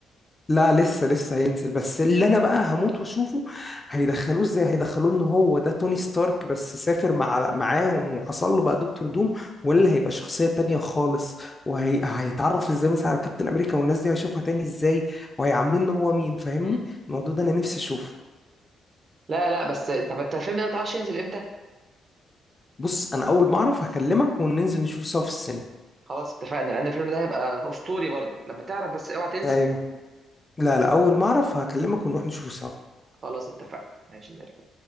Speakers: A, on the left (about 30°); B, on the right (about 50°).
A: لا لسه لسه هينزل بس اللي انا بقى هموت واشوفه هيدخلوه ازاي هيدخلوه ان هو ده توني ستارك بس سافر مع معاهم وحصل له بقى دكتور دوم ولا هيبقى شخصيه تانية خالص وهيتعرف ازاي مثلا على كابتن امريكا والناس دي هيشوفها تاني ازاي وهيعاملوه ان هو مين فاهمني
B: امم
A: الموضوع
B: مم.
A: ده انا نفسي اشوفه
B: لا لا بس طب انت الفيلم ده متعرفش ينزل امتى
A: بص انا اول ما اعرف هكلمك وننزل نشوفه سوا في السينما
B: خلاص اتفقنا لان الفيلم ده هيبقى اسطوري برضه لما تعرف بس اوعى تنسى
A: ايوه لا لا اول ما اعرف هكلمك ونروح نشوفه سوا
B: خلاص اتفقنا ماشي زي الفل.